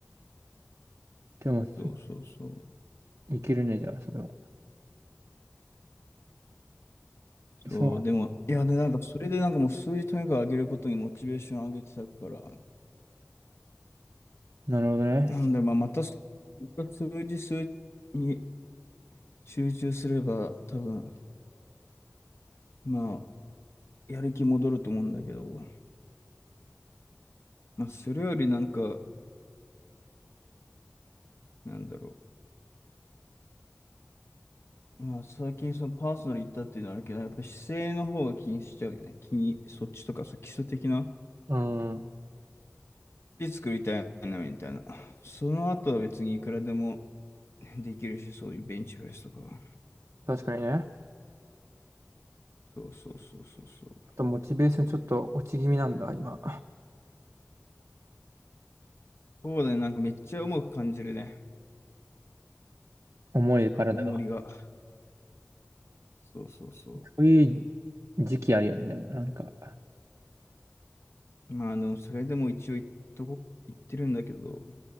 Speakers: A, on the right; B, on the left.
A: でも、そ
B: そうそうそう。
A: いけるね、じゃあ、それは。
B: そう、
A: そ
B: でも、いや、で、なんか、それでなんかもう数字とにかく上げることにモチベーション上げてたから、
A: う、なるほどね。
B: なんだろう、まあ、またそ数字数に集中すれば、多分、まあ、やる気戻ると思うんだけど、まあ、それよりなんか、なんだろう、まあ、最近そのパーソナル行ったっていうのはあるけど、やっぱ姿勢の方が気にしちゃうよね。気に、そっちとか、そう基礎的な、
A: うん、
B: で作りたいな、みたいな。その後は別にいくらでもできるし、そういうベンチプレスとかは。
A: 確かにね。
B: そうそうそうそうそう。
A: あと、モチベーションちょっと落ち気味なんだ、今。
B: そうだね、なんかめっちゃ重く感じるね。
A: 重い体が。
B: 重りが。そうそうそう。
A: そういう時期あるよね、でも、なんか。
B: まあ、あの、それでも一応言っとこ、言ってるんだけど、